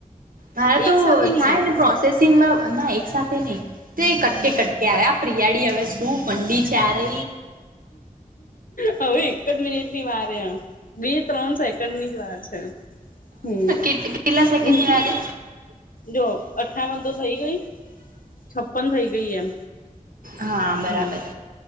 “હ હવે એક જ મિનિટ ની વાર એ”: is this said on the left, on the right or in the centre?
Left